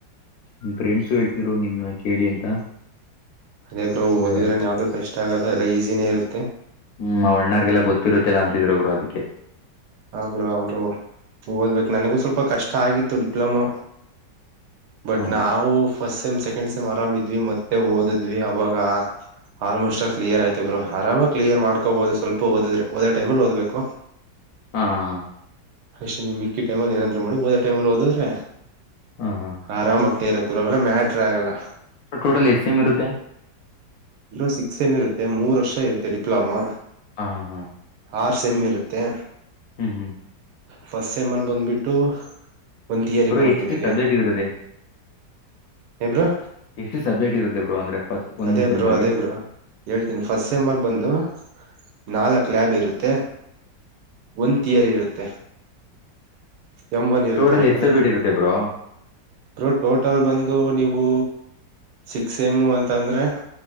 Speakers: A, on the left (about 70°); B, on the right (about 75°).
A: ನಿ ಫ್ರೆಂಡ್ಸು ಹೇಳ್ತಿರು ನಿಮ್ನ ಕೇಳಿ ಅಂತ
B: ಅದೇ ಬ್ರೋ
A: ಅಂದ್ರೆ
B: ಓದದ್ರೇನ್ ಯಾವವುದು ಕಷ್ಟ ಇಷ್ಟ ಆಗಲ್ಲ ಎಲ್ಲ ಈಸಿನೇ ಇರುತ್ತೆ
A: ಹ್ಮ್ ಒಣ್ಣಾರ್ಗೆಲ್ಲಾ ಗೊತ್ತಿರುತ್ತಲ್ಲ ಅಂತಿದ್ರು ಒಬ್ರು ಅದಕ್ಕೆ
B: ಹ್ರ ಅರು ಓದ್ಬೇಕು ನನಗೂ ಸ್ವಲ್ಪ ಕಷ್ಟ ಆಗಿತ್ತು ಡಿಪ್ಲೊಮಾ ಬಟ್
A: ಹ ಹ
B: ನಾವು ಫಸ್ಟ್ ಮ್ ಸೆಕೆಂಡ್ ಸಿಮ್ ಆರಾಮ ಇದ್ವಿ ಮತ್ತೆ ಓದಿದ್ವಿ ಅವಾಗ ಆಲ್ಮೋಸ್ಟ್ ಕ್ಲಿಯರ್ ಆಯ್ತಬ್ರು ಆರಾಮ ಕ್ಲಿಯರ್ ಮಾಡ್ಕೋಬಹುದು ಸ್ವಲ್ಪ ಓದಿದ್ರೆ ಓದೋ ಟೈಮಲ್ಲಿ ಓದ್ಬೇಕು
A: ಹಾ ಹಾ ಹ
B: ಅಷ್ಟೇ ನಿಮ ಮಿ ಟೈಮ ಅ ಏನಾದ್ ಮಾಡ ಓದಟೈಮಲ್ಲಿ ಓದ್ರೆ
A: ಹ ಹ ಹ
B: ಆರಾಮ ಆಗ್ತ ಇರ ಅವೆಲ್ಲ ಮ್ಯಾಟರ್ ಆಗಲ್ಲ
A: ಟೋಟಲ್ ಎಷ್ಟು ಸೆಮ್ಮು ಇರುತ್ತೆ
B: ಇರೋ ಸಿಕ್ಸ್ ಎಮ್ ಇರುತ್ತೆ ಮೂರ್ ವರ್ಷ ಇರುತ್ತೆ ಡಿಪ್ಲೊಮಾ
A: ಹಾ ಹಾ
B: ಆರ್ ಸೆಮ್ಮು ಇರುತ್ತೆ
A: ಹ್ಮ್ ಹ್ಮ್
B: ಫಸ್ಟ್ ಸೈಮ್ಲ್ ಬಂದ್ಬಿಟ್ಟು ಒಂದ್ ಥಿಯರಿ
A: ಬ್ರೋ
B: ಬರುತ್
A: ಎಷ್ಟು
B: ನಿಮಗೆ
A: ಸಬ್ಜೆಕ್ಟ್ ಇರುತ್ತದೆ
B: ಏನ್ ಬ್ರೋ
A: ಎಷ್ಟು ಸಬ್ಜೆಕ್ಟ್ ಇರುತ್ತೆ ಬ್ರೋ ಅಂದ್ರೆ ಫಸ್ಟ್ ಒಂದೊಂದ್
B: ಅದೇ
A: ಸೆಮ್
B: ಬ್ರೋ
A: ಅಲ್ಲಿ
B: ಅದೇ ಬ್ರೋ ಹೇಳ್ತೀನಿ ಫಸ್ಟ್ ಸೆಮರ್ ಬಂದು ನಾಲ್ಕ್ ಲ್ಯಾಬ್ ಇರುತ್ತೆ ಒಂದ ಥಿಯರಿ ಇರುತ್ತೆ ಎಮ್ ಒನ್ ಇರುತ್ತೆ
A: ಟೋಟಲ್ ಎಷ್ಟು
B: ಅದನ್ನು
A: ಸಬ್ಜೆಕ್ಟ್ ಇರುತ್ತೆ ಬ್ರೋ
B: ಬ್ರೋ ಟೋಟಲ್ ಬಂದು ನೀವು ಸಿಕ್ಸ್ ಸೇಮ್ ಅಂತ ಅಂದ್ರೆ